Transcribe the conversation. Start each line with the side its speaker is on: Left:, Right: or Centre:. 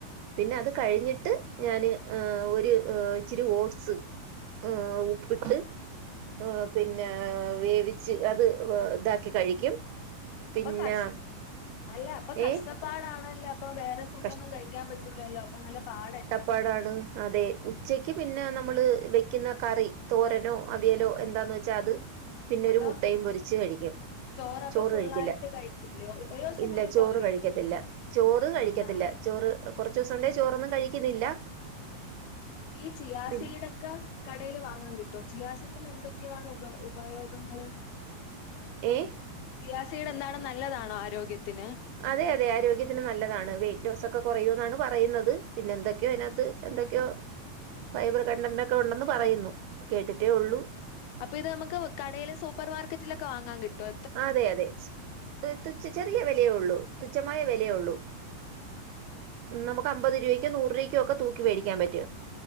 Right: പിന്നെ അത് കഴിഞ്ഞിട്ട് ഞാന് ഒരു ഇച്ചിരി ഓട്സ്. ആഹ് ഉപ്പിട്ട്. ഹെ പിന്നെ വേവിച്ച് അത് വെ ഇതാക്കി കഴിക്കും. പിന്നെ
Left: അപ്പൊ കഷ് അല്ല അപ്പൊ കഷ്ടപ്പാടാണല്ലേ
Right: ഏ
Left: അപ്പൊ വേറെ. ഫുഡ്
Right: കഷ്
Left: ഒുന്നും കഴിക്കാൻ പറ്റൂലല്ലോ അപ്പ നല്ല പാടല്ലേ.
Right: പടാണ്. അതെ ഉച്ചക്ക് പിന്നെ നമ്മള് വെക്കുന്ന കറി തോരനോ അവിയലോ എന്താന്ന് വെച്ചാൽ അത്. പിന്നെ
Left: അപ്പം
Right: ഒരു മുട്ടയും പൊരിച്ച് കഴിക്കും.
Left: ചോറപ്പൊ
Right: ചോറ്
Left: ഫുള്ളായിട്ട്
Right: കഴിക്കില്ല
Left: കഴിക്കൂലേ ഒരു ദിവസം
Right: ഇല്ല
Left: പോലും
Right: ചോറ്
Left: കഴിക്കൂലേ?
Right: കഴിക്കത്തില്ല ചോറ് കഴിക്കത്തില്ല.
Left: ആഹാ
Right: ചോറ് കുറച്ച ദിവസം കൊണ്ടെ ചോറൊന്നും കഴിക്കുന്നില്ല.
Left: ഈ ചിയസിടെ
Right: പിന്നെ
Left: ക്ക കടയിൽ വാങ്ങാൻ കിട്ടോ ചിയാസീടി ന് എന്തൊക്കെയാണ് ഉപ ഉപയോഗങ്ങള്.
Right: ഏ
Left: സിയാസിഡ് എന്താണ് നല്ലതാണോ ആരോഗ്യത്തിന്.
Right: അതെ അതെ ആരോഗ്യത്തിന് നല്ലതാണ് വെയിറ്റ് ലോസ് ഒക്കെ കുറയൂ എന്നാണ് പറയുന്നത് പിന്നെ എന്തൊക്കെയോ അതിനകത്ത്. എന്തൊക്കെയോ ഫൈബർ കണ്ടന്റ് ഒക്കെ ഉണ്ടെന്ന് പറയുന്നു. കേട്ടിട്ടേ ഉള്ളൂ
Left: അപ്പൊ ഇത് നമുക്ക് കടയിലെ സൂപ്പർ മാർക്കറ്റിലൊക്കെ വാങ്ങാൻ കിട്ടെ
Right: അതെ അതെ തുച്ഛ ചെറിയ വിലയേള്ളൂ തുച്ഛമായ വിലയള്ളൂ.
Left: ആഹ് ആഹ്
Right: നമുക്ക് അമ്പത് രൂപയ്ക്ക് നൂറ് രൂപക്കോക്കെ തൂക്കി മേടിക്കാൻ പറ്റും